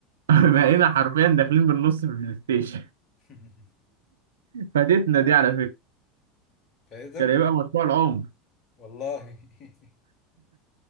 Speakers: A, on the right (about 75°); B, on the left (about 40°).
A: <laughs> بقينا حرفيا داخلين بالنص في البلاي ستيشن
B: <laughs>
A: <laughs> فاتتنا دي على
B: فايتك
A: كان يبقى مشروع العمر
B: والله <laughs>